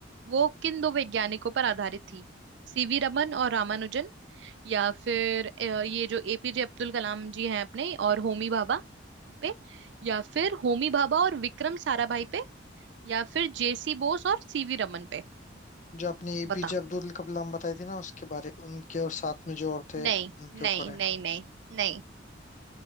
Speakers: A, on the right (about 65°); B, on the left (about 40°).
A: वो किन दो वैज्ञानिकों पर आधारित थी सीवी रमन और रामानुजन या फिर अ, ये जो एपीजे अब्दुल कलाम जी हैं अपने और होमी भाभा उन पे या फिर होमी भाभा और विक्रम साराभाई पे या फिर जेसी बोस और सीवी रमन पे
B: जो अपनी
A: बता
B: पीजे अब्दुल कलाम बताई थी ना उसके बारे उनके और साथ में जो और थे
A: नहीं
B: उनके
A: नहीं
B: ऊपर है
A: नहीं नहीं नहीं